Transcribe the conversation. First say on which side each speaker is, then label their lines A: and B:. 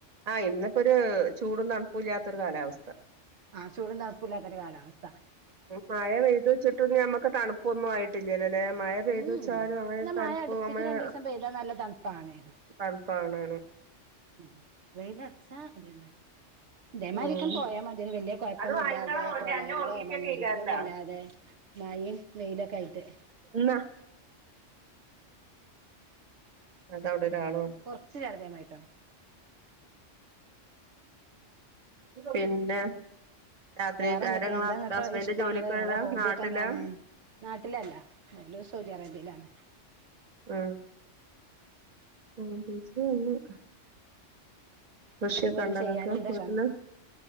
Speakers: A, on the right; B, on the right.
A: ആഹ് ഇന്നിപ്പോ ഒരു ചൂടൊന്നും തണുപ്പല്ലാത്തൊ ഒരു കാലാവസ്ഥ
B: ആഹ ചൂടും താണപ്പൂല്ലാത്തൊ ഒരു കാലവസ്ഥ
A: മഴ പെയ്തു വെച്ചിട്ടും നമ്മുക്ക് തണുപ്പൊന്നും ആയിട്ടില്ലല്ല അല്ലെ മഴ പെയ്തു
B: ഉം
A: ച്ചാലും അങ്ങനെ
B: ഇന്നാ
A: തണുപ്പ്
B: മഴ അടുപ്പിച്ച്
A: അങ്ങനെ
B: രണ്ടീസം പെയ്താ നല്ല തണുപ്പാണേനും
A: തണുപ്പാണ്
B: ഉം വെയിലറച്ച അതേമാതിരി അതേമാതിരിക്ക
A: ഉം
B: പോയാൽ മതി ഇതിന് വലിയ കുഴപ്പൊന്നും
A: അത് വാങ്ങിക്കാളാ
B: ഇല്ലാതെ
A: ഓടി
B: പ്രളയങ്ങളോ
A: അന്റെ ഓ ടി പി
B: മണ്ണിടിച്ചിലൊന്നും
A: ഒക്കെ എഴുതാറില്ല
B: ഇല്ലാതെ മഴയും വെയിലൊക്കെ ആയിട്ട്
A: ഇന്നാ അത അവിടെ ഒരാൾ വ
B: കുറച്ച് ചറകിയ മായിട്ടോ
A: പിന്നെ രാത്രികാരം
B: വേറെന്തൊക്കെയ
A: ഇങ്ങളെ
B: എന്താ
A: ഹസ്
B: നിക്കെ
A: ഹസ്ബൻഡ്
B: ഇഷ്ടങ്ങള്
A: ജോലിക്കോയതാ
B: നിങ്ങളെ ഹോബിക്കെ
A: നാട്ടിലാ
B: എന്താണ് നാട്ടിലല്ല ന സൗദി അറേബ്യയിലാണ്
A: ഉം <unintelligible> കൃഷിയൊക്കെ
B: എത്രെങ്കിലും
A: ഇണ്ടോ
B: ചെയ്യാന
A: ഇങ്ങക്ക്
B: <unintelligible>
A: വീട്ടില്